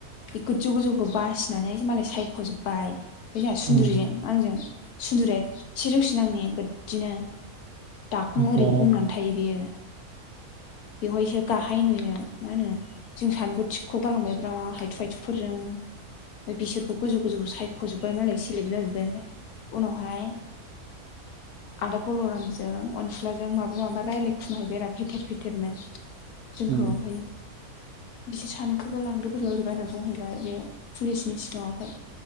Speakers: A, on the left; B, on the right.
A: बे गोजौ गोजौखौ बासिनानै मालाय सायख'जोब्बाय। फाय जोंहा सुन्दुरिजों
B: उम
A: आंजों सुन्दुरिया एसे जौसिन‌ आंनि गोजिनो दाखं
B: ओमफ्राय
A: ओरै गंनानै थायो बेयो। बेवहायसो गाहाय नुयो मा होनो जों सानैखौ थिख' गालांबाय ब्रा हायथु हायथुफोरजों ओमफाय बिसोरखौ गोजौ गोजौ सायख'जोबबाय मालाय सेलेक्ट जाजोब्बाय ओमफाय उनावहाय आदा बल'रामजों अनसुलाजों माबा माबा रायलाय खुमाहैबाय रा फेथेर फे थेरनोे जोंखौ
B: उम
A: ओमफाय बिसोर सानैखौबो लांदो बोरैबा ओरैबा होनना बुंहैबाय बे पुलिसनि सिगाङावहाय।